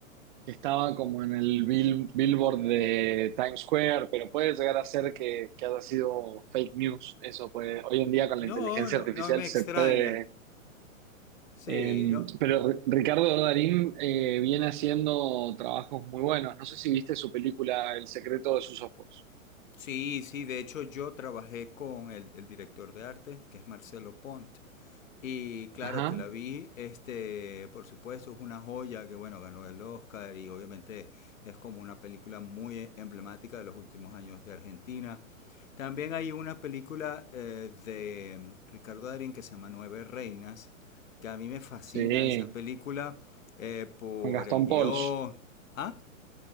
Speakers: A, on the right (about 35°); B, on the left (about 65°).
A: que estaba como en el bill- Billboard de Times Square, pero puede llegar a ser que, que haya sido fake news. Eso puede, hoy en día con la
B: No,
A: inteligencia
B: no,
A: artificial
B: no me
A: se
B: extraña.
A: puede...
B: Sí,
A: eh,
B: no.
A: pero R- Ricardo Darín eh, viene haciendo trabajos muy buenos. No sé si viste su película El secreto de sus ojos.
B: Sí, sí, de hecho yo trabajé con el, el director de arte, que es Marcelo Pont, Y claro
A: Ajá.
B: que la vi, este, por supuesto, es una joya que bueno, ganó el Oscar y obviamente es como una película muy emblemática de los últimos años de Argentina. También hay una película eh, de Ricardo Darín que se llama Nueve Reinas, que a mí me fascina
A: Sí,
B: esa película eh, por
A: con Gastón
B: el guión.
A: Pauls.
B: ¿Ah?